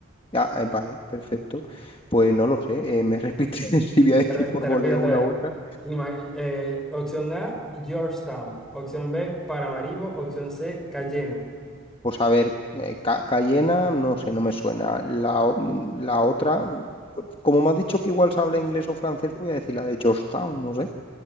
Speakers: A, on the left (about 25°); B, in the centre.
A: Ah, eh, vale, perfecto. Pues no lo sé, eh, me repite <laughs> si voy a decir
B: Te, re-
A: por
B: te
A: voleo
B: repito otra
A: una u otra.
B: vez. Ima- eh, opción A, Georgetown. Opción B, Paramaribo. Opción C, Cayena.
A: Pues a ver, eh, Ca- Cayena, no sé, no me suena. La, o- la otra, como me has dicho que igual se habla inglés o francés, pues voy a decir la de Georgetown, no sé.